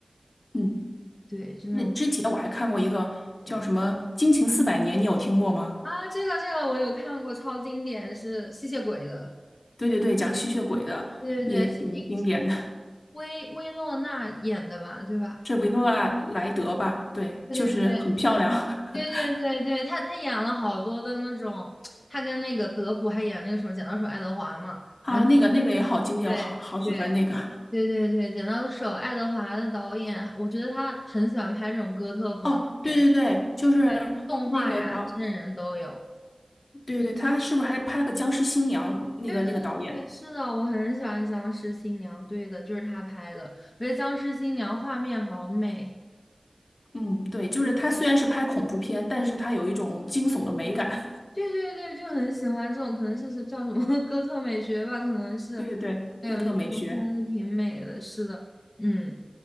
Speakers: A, on the left; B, on the left.
A: 嗯，
B: 对，就那种
A: 那之前我还看过一个叫什么《惊情四百年》，
B: 我
A: 你有听过吗？
B: 啊，这个这个我有看过，超经典，是吸血鬼的。
A: 对对对，讲吸血鬼的，
B: 对对对，
A: 也挺经典的。
B: 是因薇薇诺娜演的吧？对吧？
A: 是维诺纳莱德吧？对，
B: 对对对对
A: 就是很漂亮
B: 对对对对，
A: <laughs>
B: 她她演了好多的那种，她跟那个德普还演那个什么《剪刀手爱德华》嘛。
A: 啊，
B: 然后
A: 那个那个也好经典，
B: 对
A: 我好好喜欢那个。
B: 对对对对，剪刀手爱德华的导演，我觉得他很喜欢拍这种哥特风的片子，
A: 哦，对对对，就是
B: 对，动画呀、
A: 那个导，
B: 真人都有。
A: 对对，他是不是还拍了个《僵尸新娘》？那个那个导演，
B: 对对对，是的，我很喜欢《僵尸新娘》，对的，就是他拍的。我觉得《僵尸新娘》画面好美，
A: 嗯，对，就是他虽然是拍恐怖片，
B: 对
A: 但是他有一种惊悚的美感。
B: 对对，对就很喜欢这种，可能是是叫什么 <laughs> 哥特美学吧，可能是。
A: <laughs> 对对对，
B: 对，
A: 哥特美学。
B: 我觉得这种片子挺美的，是的，嗯，